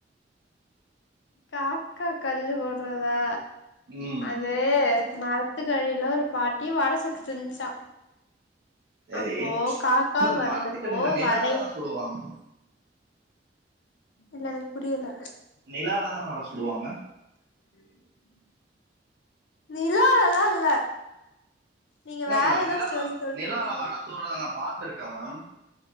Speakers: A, on the left (about 75°); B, on the right (about 60°).
A: காக்கா கல்லு போடுறதா
B: ம்
A: அது மர பத்துக்கழ ஒரு பாட்டி வாட சுட்டு தச்சான்
B: சரி
A: அப்போ காக்கா
B: மேம்
A: வந்தப்போ
B: மரத்துக்கடியில நிலா
A: வடைய
B: தானே சுடுவாங்க
A: இல்ல எனக்கு புரியல
B: நிலால தான வட சுடுவாங்க
A: <inaudible> நிலாலா லா இல்ல நீங்க
B: நா
A: வேற ஏதோ ஸ்டோரி சொல்ட்டு
B: நிலாலா
A: இருக்கீங்க
B: வட சுடுறத நா பாத்துருக்கே <inaudible>